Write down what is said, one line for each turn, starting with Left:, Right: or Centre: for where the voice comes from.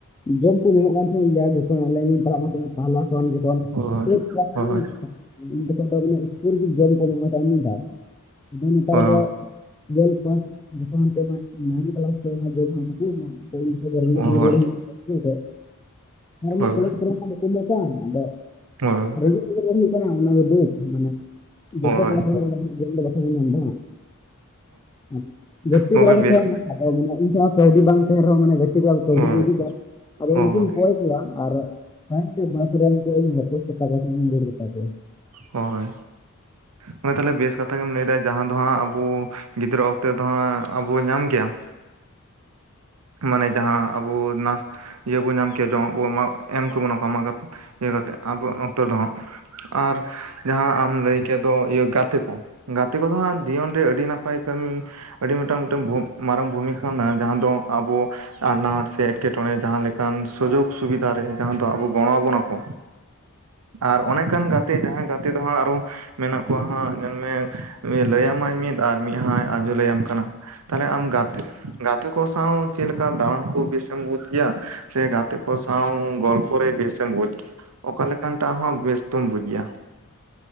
Left: ᱡᱚᱢ ᱠᱚ ᱧᱟᱢᱚᱜ ᱠᱟᱱ ᱛᱟᱦᱮᱸᱫ ᱜᱮᱭᱟ ᱡᱚᱠᱷᱚᱱ ᱚᱱᱞᱟᱭᱤᱱ ᱤᱧ ᱯᱟᱲᱦᱟᱜ ᱠᱟᱱ ᱛᱟᱦᱮᱸᱫ, ᱢᱟᱦᱞᱟ ᱠᱷᱚᱱ ᱡᱚᱠᱷᱚᱱ
Right: ᱦᱳᱭ
Left: ᱴᱮᱴ ᱯᱟᱥ ᱠᱮᱜᱼ
Right: ᱦᱳᱭ
Left: ᱟᱧ, ᱩᱱ ᱡᱚᱠᱷᱚᱱ ᱫᱚ ᱢᱟᱱᱮ ᱤᱥᱠᱩᱞ ᱨᱮᱜᱮ ᱡᱚᱢ ᱠᱚ ᱮᱢᱚᱜ ᱠᱟᱱ ᱛᱟᱦᱮᱸ ᱢᱤᱫ ᱫᱷᱟᱣ ᱟᱫᱚ ᱱᱮᱛᱟᱨ
Right: ᱦᱳᱭ
Left: ᱫᱚ ᱴᱩᱭᱮᱞᱵᱷ, <unintelligible> ᱱᱟᱭᱤᱱᱛᱷ ᱠᱞᱟᱥ ᱠᱚ ᱢᱟ ᱡᱚᱢ ᱢᱟ ᱵᱟᱠᱚ ᱮᱢᱚᱜ, ᱫᱷᱢ ᱜ <unintelligible> ᱨᱤᱭᱟᱹ
Right: ᱦᱳᱭ
Left: ᱨᱩᱣᱟᱹᱧ ᱤᱠᱟᱹᱣ ᱠᱟᱜ
Right: ᱦᱳᱭ
Left: ᱠᱚᱞᱮᱡᱽ <unintelligible> ᱠᱚᱢ ᱟᱠᱟᱱ ᱟᱫᱚ
Right: ᱦᱳᱭ
Left: ᱨᱮᱸᱜᱮᱡ ᱛᱮ ᱫᱚ ᱦᱩᱭᱩᱜ ᱠᱟᱱᱟ ᱚᱱᱟ ᱫᱚ ᱫᱩᱠᱷ ᱢᱟᱱᱮ ᱡᱚᱛᱚ
Right: ᱦᱳᱭ ᱦᱳᱭ
Left: ᱠᱞᱟᱥ, ᱡᱚᱢ ᱫᱚ ᱵᱟᱛᱷᱟ ᱵᱚᱱ ᱧᱟᱢ ᱮ ᱟᱨ ᱜᱟᱛᱮ
Right: ᱜᱚᱝᱠᱮ
Left: ᱠᱚᱲᱟ ᱠᱚ
Right: ᱵᱮᱥ
Left: ᱛᱟᱦᱮᱱᱟ᱾ ᱟᱫᱚ ᱢᱟᱱᱮ ᱤᱧ ᱴᱷᱮᱱ ᱦᱚᱸ ᱠᱟᱹᱣᱰᱤ ᱵᱟᱝ ᱛᱟᱦᱮᱱ ᱨᱮᱦᱚᱸ ᱢᱟᱱᱮ ᱜᱟᱛᱮ ᱠᱚᱲᱟ ᱠᱟᱹᱣᱰᱤ
Right: ᱦᱳᱭ
Left: ᱠᱚ ᱤᱫᱤ ᱠᱟᱜ ᱟᱫᱚ
Right: ᱦᱳᱭ
Left: ᱩᱱᱠᱩᱧ ᱠᱚᱭ, ᱠᱚᱣᱟ ᱟᱨ ᱛᱟᱭᱚᱢ ᱛᱮ ᱵᱟᱫᱽ ᱨᱮᱱᱠᱩ ᱤᱧ ᱵᱟᱯᱚᱥ ᱠᱟᱛᱟ ᱠᱚᱣᱟ ᱥᱮ ᱤᱧᱤᱧ ᱨᱩᱟᱹᱲ ᱠᱟᱛᱟ ᱠᱚᱣᱟ᱾
Right: ᱦᱳᱭ ᱛᱟᱦᱚᱞᱮ ᱵᱮᱥ ᱠᱟᱛᱷᱟ ᱜᱮᱢ ᱞᱟᱹᱭ ᱮᱫᱟ ᱡᱟᱦᱟᱸ ᱫᱚ ᱦᱟᱸᱜ ᱟᱵᱚ, ᱜᱤᱫᱽᱨᱟᱹ ᱚᱠᱛᱮ ᱫᱚ ᱦᱟᱸᱜ ᱟᱵᱚ ᱧᱟᱢ ᱜᱮᱭᱟᱢ᱾
Left: <inaudible>
Right: ᱢᱟᱱᱮ ᱡᱟᱦᱟᱸ ᱟᱵᱚ ᱱᱟ, ᱤᱭᱟᱹ ᱵᱚᱱ ᱧᱟᱢ ᱠᱮᱭᱟ ᱡᱮ ᱵᱚᱟᱜ ᱮᱢ ᱠᱚᱵᱚ ᱠᱚ ᱤᱭᱟᱹ ᱠᱟᱛᱮᱫ ᱟᱵᱚ ᱚᱠᱛᱚ ᱫᱚ ᱦᱟᱸᱜ, ᱟᱨ, ᱡᱟᱦᱟᱸ ᱟᱢ ᱞᱟᱹᱭ ᱠᱮᱫ ᱫᱚ ᱜᱟᱛᱮ ᱠᱚ ᱜᱟᱛᱮ ᱠᱚᱫᱚ ᱦᱟᱸᱜ ᱡᱤᱭᱚᱱ ᱨᱮ ᱟᱹᱰᱤ ᱱᱟᱯᱟᱭ ᱠᱟᱹᱢᱤ, ᱟᱹᱰᱤ ᱢᱤᱫᱴᱟᱝ ᱢᱤᱫᱴᱟᱝ ᱢᱟᱨᱟᱝ ᱵᱷᱩᱢᱤᱠᱟ ᱢᱮᱱᱟᱜᱼᱟ ᱡᱟᱦᱟᱸ ᱫᱚ ᱟᱵᱚ, ᱟᱱᱟᱴ ᱥᱮ ᱮᱴᱠᱮᱴᱚᱬᱮ ᱡᱟᱦᱟᱸ ᱞᱮᱠᱟᱱ ᱥᱩᱡᱳᱜᱽ ᱥᱩᱵᱤᱫᱷᱟ ᱨᱮ ᱡᱟᱦᱟᱸ ᱫᱚ ᱟᱵᱚ ᱜᱚᱲᱚ ᱟᱵᱚᱱᱟ ᱠᱚ᱾
Left: <inaudible>
Right: ᱟᱨ ᱚᱱᱮᱠᱟᱱ ᱜᱟᱛᱮ ᱡᱟᱦᱟᱸ ᱜᱟᱛᱮ ᱫᱚ ᱦᱟᱸᱜ ᱟᱨᱚ, ᱢᱮᱱᱟᱜ ᱠᱚᱣᱟ ᱦᱟᱸᱜ ᱧᱮᱞᱢᱮ ᱞᱟᱹᱭᱟᱢᱟᱭ ᱢᱤᱫ ᱟᱨ ᱢᱤᱫ ᱦᱟᱸᱜ ᱟᱡᱮ ᱞᱟᱹᱭᱟᱢ ᱠᱟᱱᱟ᱾ ᱛᱟᱦᱞᱮ ᱟᱢ ᱜᱟᱛᱮ ᱜᱟᱛᱮ ᱠᱚ ᱥᱟᱶ ᱪᱮᱫ ᱞᱮᱠᱟ ᱫᱟᱬᱟᱱ ᱠᱚ ᱵᱮᱥᱮᱢ ᱵᱩᱡᱽ ᱜᱮᱭᱟ? ᱥᱮ ᱜᱟᱛᱮ ᱠᱚ ᱥᱟᱶ ᱜᱚᱞᱯᱚ ᱨᱮ ᱵᱮᱥᱮᱢ ᱵᱩᱡ ᱜᱮᱭᱟ ᱚᱠᱟ ᱞᱮᱠᱟᱱᱴᱟᱜ ᱦᱚᱸ ᱵᱮᱥ ᱫᱚᱢ ᱵᱩᱡ ᱜᱮᱭᱟ? <inaudible>